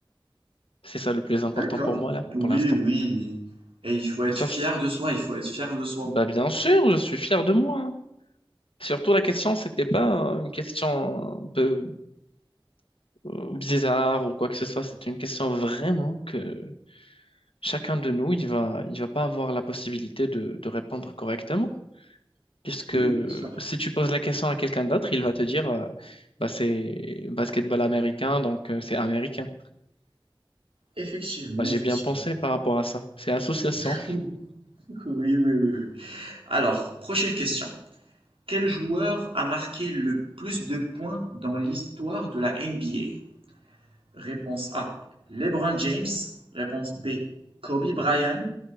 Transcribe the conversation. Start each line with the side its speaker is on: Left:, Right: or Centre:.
Left: C'est ça le plus important
Right: D'accord.
Left: pour moi là,
Right: Oui,
Left: pour l'instant.
Right: oui. Et il faut être
Left: Sauf
Right: fier
Left: si-
Right: de soi, il faut être fier de soi.
Left: bah bien sûr, je suis fier de moi. hein. Surtout la question, c'était pas euh, une question un peu euh, bizarre ou quoi que ce soit, c'était une question vraiment que chacun de nous, il va, il va pas avoir la possibilité de, de répondre correctement, puisque
Right: Oui, bien sûr.
Left: si tu poses la question à quelqu'un d'autre, il va te dire, euh, bah, c'est basketball américain, donc euh, c'est américain.
Right: Effectivement,
Left: Bah, j'ai
Right: effectivement.
Left: bien pensé par rapport à ça. C'est association.
Right: <laughs> Oui, oui, oui, oui. Alors, prochaine question. Quel joueur a marqué le plus de points dans l'histoire de la NBA? Réponse A. LeBron James. Réponse B. Kobe Bryant.